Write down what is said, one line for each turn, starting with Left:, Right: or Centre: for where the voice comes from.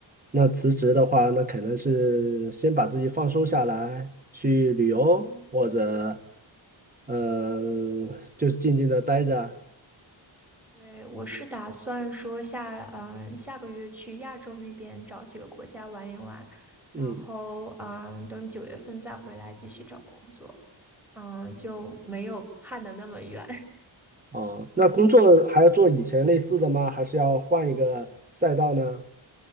Right: 那辞职的话，那可能是先把自己放松下来，去旅游或者，
Centre: 嗯，
Right: 嗯、就是静静的待着。
Centre: 对，我是打算说下，嗯，下个月去亚洲那边找几个国家玩一玩，
Right: 嗯，
Centre: 然后，嗯，等九月份再回来继续找工作，嗯，就没有看的那么远。
Right: 哦，那工作还要做以前类似的吗？还是要换一个赛道呢？